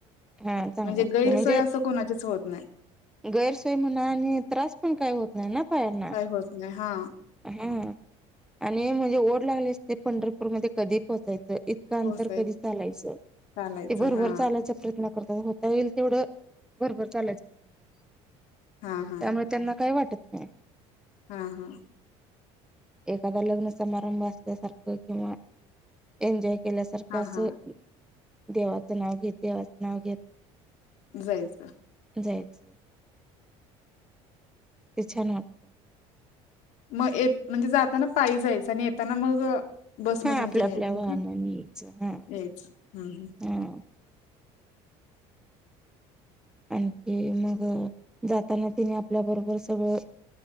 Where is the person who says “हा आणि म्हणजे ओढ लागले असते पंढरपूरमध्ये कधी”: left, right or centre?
Centre